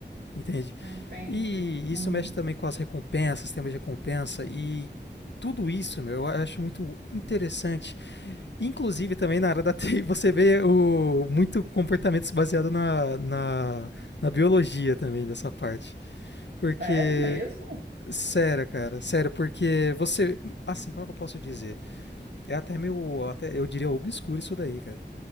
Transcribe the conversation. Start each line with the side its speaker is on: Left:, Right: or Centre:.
Left: Entende?
Right: Entendi.
Left: E
Right: Uhum.
Left: isso mexe também com as recompensas, sistema de recompensa e tudo isso, meu, eu acho muito interessante. Inclusive também na área da TI <laughs> você vê o, muito comportamento baseado na, na, na biologia também dessa parte. Porque,
Right: Sério mesmo?
Left: sério, cara, sério, porque você, assim, como é que eu posso dizer? É até meio, até, eu diria obscuro isso daí, cara.